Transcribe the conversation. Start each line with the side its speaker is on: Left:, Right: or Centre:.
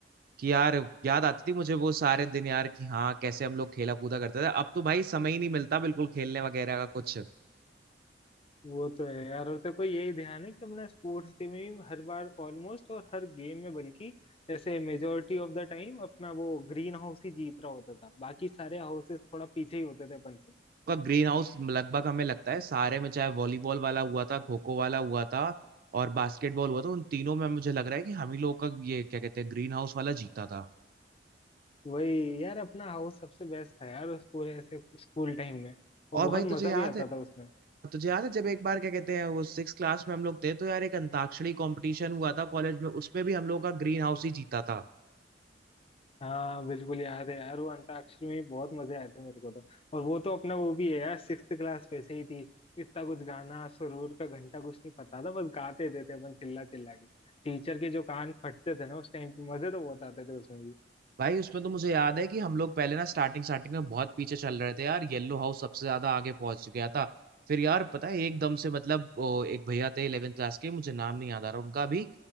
Right: कि यार याद आती थी मुझे वो सारे दिन यार कि हाँ कैसे हम लोग खेला कूदा करते थे अब तो भाई समय ही नहीं मिलता बिल्कुल खेलने वगैरह का कुछ
Left: वो तो है यार और तेरे को यही ध्यान है कि हमने स्पोर्ट्स टीम में भी हर बार ऑलमोस्ट और हर गेम में बल्कि जैसे मेजोरिटी ऑफ द टाइम अपना वो ग्रीन हाउस ही जीत रहा होता था बाकी सारे हाउसेस थोड़ा पीछे ही होते थे अपन से
Right: का ग्रीन हाउस लगभग हमें लगता है सारे में चाहे वॉलीबॉल वाला हुआ था खो खो वाला हुआ था और बास्केटबॉल हुआ था उन तीनों में मुझे लग रहा है कि हम ही लोगों का ये क्या कहते हैं ग्रीन हाउस वाला जीता था
Left: वही यार अपना हाउस सबसे बेस्ट था यार उस पूरे ऐसे स्कूल टाइम में और
Right: और
Left: बहुत
Right: भाई तुझे
Left: मजा
Right: याद
Left: भी आता
Right: है
Left: था उसमें
Right: तुझे याद है जब एक बार क्या कहते हैं वो सिक्स क्लास में हम लोग थे तो यार एक अंताक्षरी कंपटीशन हुआ था कॉलेज में उसमें भी हम लोग का ग्रीन हाउस ही जीता था
Left: हाँ बिल्कुल याद है यार वो अंताक्षरी में भी बहुत मजे आए थे मेरे को तो और वो तो अपना वो भी है यार सिक्स्थ क्लास वैसे ही थी इतना कुछ गाना सुरूर का घंटा कुछ नहीं पता था बस गाते थे, थे अपन चिल्ला चिल्ला के टीचर के जो कान फटते थे ना उस टाइम पे मजे तो बहुत आते थे उसमें भी
Right: भाई उसमें तो मुझे याद है कि हम लोग पहले ना स्टार्टिंग स्टार्टिंग में बहुत पीछे चल रहे थे यार येलो हाउस सबसे ज्यादा आगे पहुंच गया था फिर यार पता है एकदम से मतलब वो एक भैया थे इलेवेंथ क्लास के मुझे नाम नहीं याद आ रहा उनका भी